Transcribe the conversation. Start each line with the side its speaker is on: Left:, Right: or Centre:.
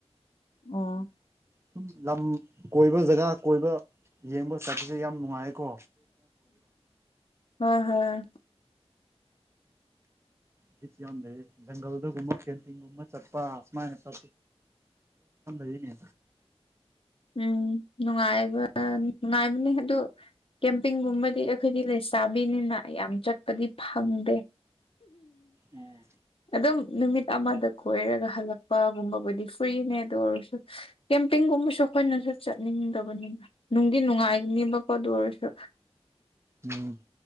Left: ꯑꯣ
Right: ꯁꯨꯝ ꯂꯝ ꯀꯣꯏꯕ ꯖꯒꯥ ꯀꯣꯏꯕ ꯌꯦꯡꯕ ꯆꯠꯄꯁꯦ ꯌꯥꯝ ꯅꯨꯡꯉꯥꯏꯌꯦꯀꯣ
Left: ꯍ ꯍꯝ
Right: ꯇ ꯏ ꯖꯪꯜꯗꯨꯒꯨꯝꯕ ꯀꯦꯟꯇꯤꯒꯨꯝꯕ ꯆꯠꯄ ꯍꯥꯁꯃꯥ ꯄ ꯍꯥꯏꯅꯦ
Left: ꯎꯝ ꯅꯨꯡꯉꯥꯏꯕ ꯅꯨꯡꯉꯥꯏꯕꯅꯤ ꯍꯦꯛꯇꯣ ꯀꯦꯝꯄꯤꯡꯒꯨꯝꯕꯗꯤ ꯑꯩꯈꯣꯏꯗꯤ ꯂꯩꯁꯥꯕꯤꯅꯤꯅ ꯌꯥꯝ ꯆꯠꯄꯗꯤ ꯐꯪꯗꯦ
Right: ꯑꯣ
Left: ꯑꯗꯨꯝ ꯅꯨꯃꯤꯠ ꯑꯃꯗ ꯀꯣꯏꯔꯒ ꯍꯜꯂꯛꯄꯒꯨꯝꯕꯕꯨꯗꯤ ꯐ꯭ꯔꯤꯅꯦ ꯑꯗꯨ ꯑꯣꯏꯔꯁꯨ ꯀꯦꯝꯄꯤꯡꯒꯨꯝꯕꯁꯨ ꯑꯩꯈꯣꯏꯅꯁꯨ ꯆꯠꯅꯤꯡꯗꯕꯅꯤꯕ ꯅꯨꯡꯗꯤ ꯅꯨꯡꯉꯥꯏꯅꯦꯕꯀꯣ ꯑꯗꯨ ꯑꯣꯏꯔꯁꯨ
Right: ꯎꯝ